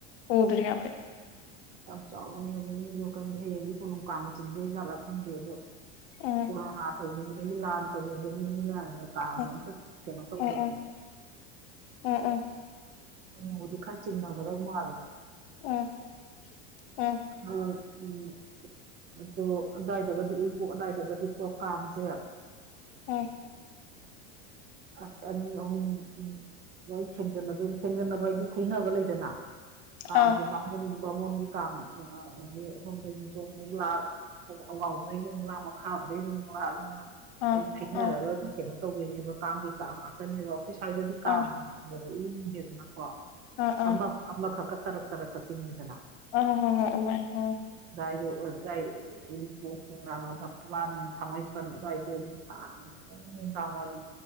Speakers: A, on the left (about 65°); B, on the right (about 30°).
A: ꯎꯗ꯭ꯔꯤ ꯌꯥꯕꯩ
B: ꯌꯥꯝ ꯆꯥꯎꯕꯅꯦ ꯑꯗꯣ ꯃꯤꯗꯣ ꯀꯔꯝꯗ ꯍꯌꯦꯡꯗꯤ ꯀꯣꯅꯨꯡ ꯀꯥꯡꯥꯅ ꯆꯤꯡꯗꯣꯏꯖꯠꯂꯥ ꯈꯪꯗꯦ ꯑꯗꯣ
A: ꯎꯝ
B: ꯀꯂꯣ ꯔꯇ ꯍ ꯃ ꯀ ꯂꯥ ꯇꯧꯤꯕꯒꯤ ꯃꯤꯅꯅ ꯀꯥꯕꯗꯨ
A: ꯎꯝ
B: ꯑꯝꯇ ꯆ ꯀꯦꯅꯣ ꯇꯧꯗ꯭ꯔꯕꯅꯦꯕ
A: ꯎꯝ ꯎꯝ
B: ꯑꯕꯨꯗꯤ ꯈꯔꯆ ꯏꯅꯥ ꯀꯣ ꯃꯥꯔꯦ
A: ꯎꯝ ꯎꯝ
B: ꯎꯝ ꯎꯝ ꯑꯗꯨ ꯑꯗꯨꯋꯥꯏꯗꯒꯗꯤ ꯎꯏꯄꯣꯛ ꯑꯋꯥꯏꯗꯒꯗꯤ ꯀꯣꯛ ꯀꯥꯡꯁꯦ
A: ꯎꯝ
B: ꯑꯁ ꯑꯅꯤ ꯑ ꯎ ꯑꯩ ꯊꯗꯣꯏ ꯊꯦꯡꯖꯟꯅꯕ ꯑꯩꯗꯤ ꯊꯩꯅꯅꯕ ꯂꯩꯗꯅ ꯀꯥꯡꯁꯦ
A: ꯑꯥ
B: ꯨꯕ ꯃꯣꯟꯒꯤ ꯀꯥꯡ ꯑꯗꯒꯤ ꯑꯁꯣꯝꯗꯒꯤꯒꯤꯁꯨ ꯑꯃꯨꯛ ꯂꯥꯛ ꯑꯋꯥꯥꯡ ꯂꯣꯝ ꯗꯒꯩꯁꯨꯨꯛ ꯂꯥꯛ ꯃꯈꯥ ꯑꯃꯝꯗꯒꯩꯁꯨꯨꯛ ꯂꯥꯛꯑ ꯑꯗꯨꯅ
A: ꯑꯥ
B: ꯑꯗꯨꯝ ꯈꯥꯏꯅꯔꯒ
A: ꯑꯥ
B: ꯀꯩꯅꯣ ꯇꯧꯕꯗꯣꯏꯅꯦꯕ ꯀꯥꯡꯒꯤ ꯀꯥꯡ ꯉꯥꯛꯇꯅꯦꯕ ꯑꯩꯈꯣꯏ ꯁ꯭ꯋꯥꯏꯗꯗꯤ ꯀꯥꯡ
A: ꯑꯥ
B: ꯏꯗꯦꯗꯅꯀꯣ
A: ꯑꯥ ꯑꯥ
B: ꯑꯃ ꯑꯃꯈꯛꯀ ꯇꯔꯛ ꯇꯔꯛꯀ ꯆꯤꯡꯉꯤꯗꯅ
A: ꯑ ꯎ
B: ꯑꯗꯨꯏꯗꯏ ꯎꯔꯤꯄꯣꯛ ꯈꯥꯡꯕꯥꯥꯟ ꯊꯥꯡꯃꯩꯄꯟ ꯑꯗꯨꯋꯥꯏꯗ ꯑꯗꯨꯝ ꯎ ꯅꯨꯡꯗꯥꯡ ꯋꯥꯢꯔꯝ